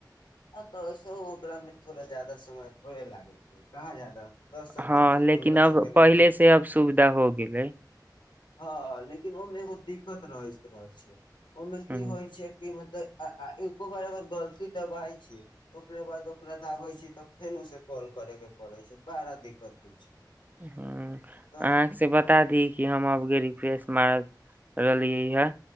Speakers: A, on the left; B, on the right.
A: तऽस ओकरा मे थोड़ा जादा समय थोड़े लागै छै कहाँ जादा दस सेकेंड
B: हँ
A: से
B: लेकिन
A: पन्द्रह
B: अब
A: सेकेंड
B: पहिले
A: मे तऽ
B: से अब सुविधा हो गेलै
A: हँ लेकिन ओहिमे एगो दिक्कत रहैत रहैत छै ओहिमे की
B: ह
A: होइ छै कि मतलब आआ एको बार अगर गलती दबााय छियै ओकरा बाद ओकरा दाबै छियै तऽ फेनु से कॉल करे के पड़ै छै बड़ा दिक्कत होइ छै
B: ह
A: ने
B: अहाँ से बता दी कि हम रिफ्रेश मार रहलियै हय